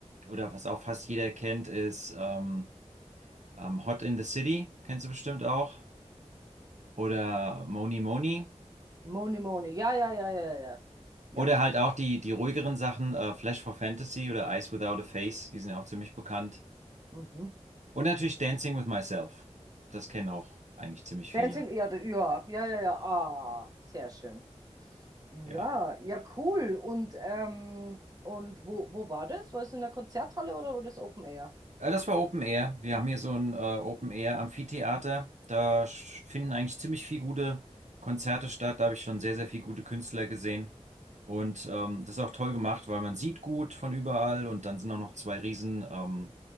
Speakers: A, on the right; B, on the right.
A: oder was auch fast jeder kennt, ist ähm, ähm, Hot in the City, kennst du bestimmt auch. Oder Moni Moni.
B: Money, Money. Ja, ja, ja, ja, ja. Ja.
A: Oder halt auch die, die ruhigeren Sachen, äh, Flash for Fantasy oder Eyes Without a Face, die sind ja auch ziemlich bekannt.
B: Mhm.
A: Und natürlich Dancing with Myself. Das kennen auch eigentlich ziemlich viele.
B: Dancing, ja, d- ja, ja, ja, ja, ah, sehr schön. Ja,
A: Ja.
B: ja, cool. Und, ähm, und wo, wo war das? War das in der Konzerthalle oder war das Open Air?
A: Äh, Das war Open Air. Wir haben hier so ein äh, Open Air Amphitheater. Da sch- finden eigentlich ziemlich viel gute Konzerte statt. Da habe ich schon sehr, sehr viel gute Künstler gesehen. Und ähm, das ist auch toll gemacht, weil man sieht gut von überall und dann sind auch noch zwei riesen, ähm,